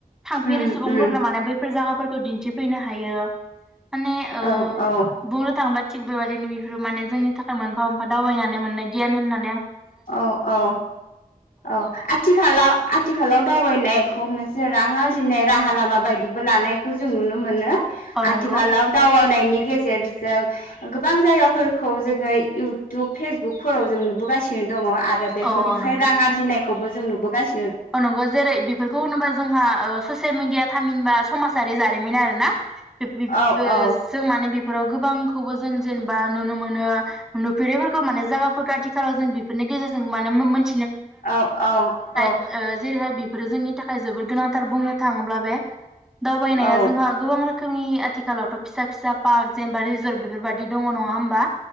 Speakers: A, in the centre; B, on the left.
A: थांफेरै
B: उम
A: सुबुंफोरनो
B: उम
A: माने बैफोर जागा फोरखौ दिन्थिफैनो हायो। माने ओ
B: औ औ
A: बुंनो थांबा थिग बेबादिनो बिफोरो माने जोंनि थाखाय मोनफा मोनफा दावबायनानै मोननाय गियान होनना
B: औ औ औ आथिखालाव आथ थिखालाव दावबायनाय खौ मोनसे रां आरजिनाय राहा लामा बायदिबो लानाय खौ जों नुनो मोनो।
A: औ
B: आथिखालाव
A: नंगौ
B: दावगानायनि गेजेरजों गोबां जायगाफोरखौ जोङो इउटुब फेसबुकफोराव जों नुबोगासिनो। दङ आरो बेफोरनिफ्राय
A: औ औ नंगौ
B: रां आरजिनाय। खौबो जों नुबोसिनो।
A: नंगौ जेरै बेफोरखौ होनोबा जोंहा ससियेल मिडिया थामिनबा समाजारि जारिमिन आरो ना। जों
B: औ औ
A: माने <inaudible> फोराव गोबांखौबो जों जेनेबा नुनो मोनो नुफेरैफोरखौ माने जायगाफोरखौ आथिखालाव जों बेफोरनि गेजेरजों मोनथि
B: औ औ औ।
A: ओ जेरैहाय बि फोरो जोंनि थाखाय जोबोद गोनांथार बुंनो थाङोब्ला बे दावबायनाया
B: औ
A: जोंहा गोबां रोखो खोमनि आथिखालावथ फिसा फिसा पार्क जेनेबा रिजर्ट बेफोरबदि दङ नङा होमबा?